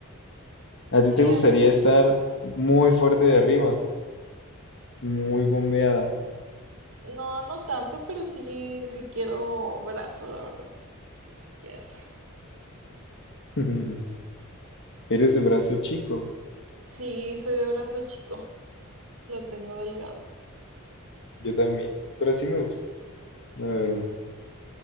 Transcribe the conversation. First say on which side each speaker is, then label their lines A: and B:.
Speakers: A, on the left; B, on the right.
A: ¿A ti
B: Sí,
A: te gustaría
B: a mí
A: estar muy fuerte de arriba, muy bombeada?
B: no, no tanto, pero sí, sí quiero brazo, la verdad. Sí, sí quiero.
A: <laughs> Eres de brazo chico,
B: Sí, soy de brazo chico. Lo tengo delgado.
A: yo también, pero así me gusta, la verdad.